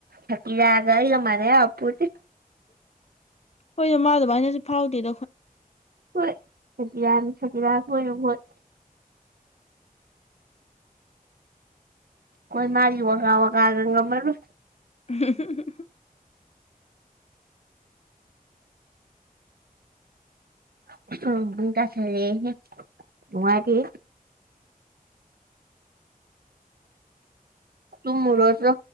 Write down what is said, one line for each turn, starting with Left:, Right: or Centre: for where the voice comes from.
Right: ꯊꯀꯤꯔꯒꯒ ꯃꯔꯦ ꯑꯄꯨꯗꯤ
Left: ꯍꯣꯏꯗ ꯃꯥꯗꯚꯅꯁꯨ ꯐꯥꯎꯗꯦꯗꯣꯏ
Right: ꯍꯣꯏ ꯁꯖꯤꯔ ꯁꯖꯤꯔ ꯍꯣꯏ ꯍꯣꯏ ꯀꯣꯏ ꯃꯥꯒꯤ ꯋꯥꯀꯥ ꯋꯥꯀꯥꯒ ꯉꯝꯃꯔꯣꯏ
Left: <inaudible> <inaudible>
Right: ꯀꯁꯔꯦ <unintelligible> ꯄꯨꯡ ꯇꯥꯁꯜꯂꯦꯌꯦ ꯅꯨꯉꯥꯏ ꯇꯨꯝꯃꯨꯔꯣꯆꯣ